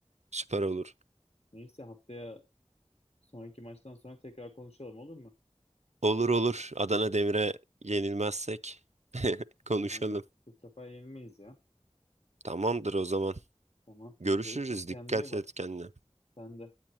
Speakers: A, on the right; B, on the left.
A: Süper olur.
B: Neyse haftaya sonraki maçtan sonra tekrar konuşalım olur mu?
A: Olur olur. Adana Demir'e yenilmezsek <laughs> konuşalım.
B: Yani bu sefer yenilmeyiz ya.
A: Tamamdır o zaman.
B: Tamam.
A: Görüşürüz.
B: Görüşürüz. Kendine
A: Dikkat
B: iyi bak.
A: et kendine.
B: Sen de.